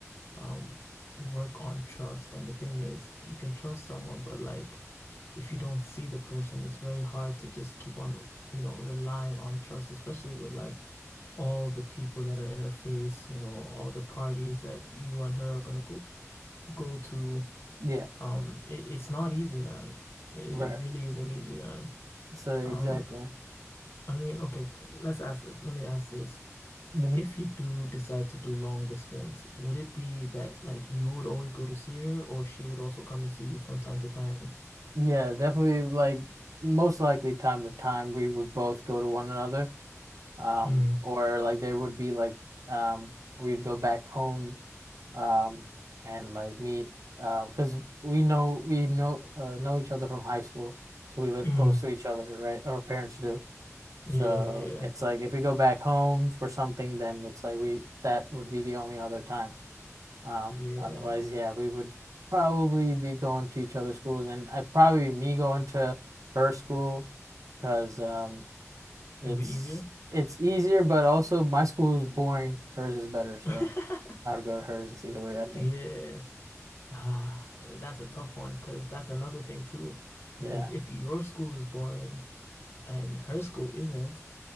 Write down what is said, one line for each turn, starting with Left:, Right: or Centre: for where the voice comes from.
Left: um work on trust. And the thing is, you can trust someone, but like if you don't see the person, it's very hard to just keep on, you know, relying on trust, especially with like all the people that are in her face, you know, all the parties that you and her are gonna go go to.
Right: Yeah,
Left: Um, it, it's not easy, man. It,
Right: right.
Left: it really isn't easy, man.
Right: So exactly.
Left: Um, I mean, okay, let's ask this. Let me ask this.
Right: hmm
Left: If you do decide to do long distance, would it be that like you would always go to see her, or she would also come and see you from time to time?
Right: Yeah, definitely like most likely time to time we would both go to one another. Um,
Left: Mm,
Right: or like there would be like um we'd go back home um and like meet uh, because we know we know uh, know each other from high school. So we live
Left: mm,
Right: close to each other, right? Our parents do. So
Left: yeah, yeah,
Right: it's like if we go back home for something, then it's like we that would be the only other time. Um,
Left: yeah.
Right: otherwise, yeah, we would probably be going to each other's schools, and I'd probably be me going to her school because um, it's
Left: It would be easier.
Right: it's easier, but also my school is boring. Hers is better, so
Left: <laughs>
Right: I would go to hers. It's either way,
Left: Yeah.
Right: I think.
Left: Ah, that's a tough one because that's another thing too.
Right: Yeah,
Left: Because if your school is boring and her school isn't,